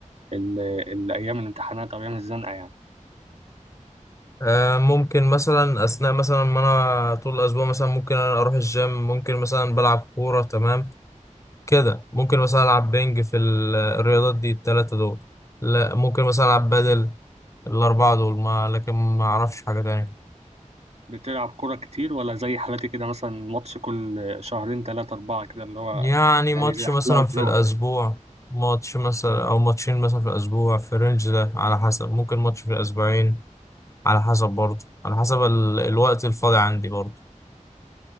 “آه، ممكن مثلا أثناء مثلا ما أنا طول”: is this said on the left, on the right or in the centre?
Left